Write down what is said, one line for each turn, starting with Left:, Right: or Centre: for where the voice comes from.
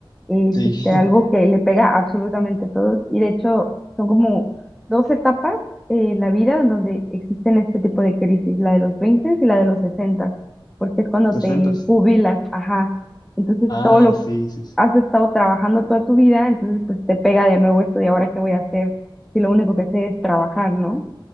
Centre: es
Left: Sí,
Centre: este,
Left: <laughs>
Centre: algo que le pega a absolutamente a todos. Y de hecho, son como dos etapas eh, en la vida en donde existen este tipo de crisis, la de los 20 y la de los 60 porque es cuando
Left: 60.
Centre: te jubilas, ajá. Entonces,
Left: Ah,
Centre: todo lo
Left: sí, sí, sí.
Centre: has estado trabajando toda tu vida, entonces pues te pega de nuevo esto de ahora qué voy a hacer si lo único que sé es trabajar, ¿no?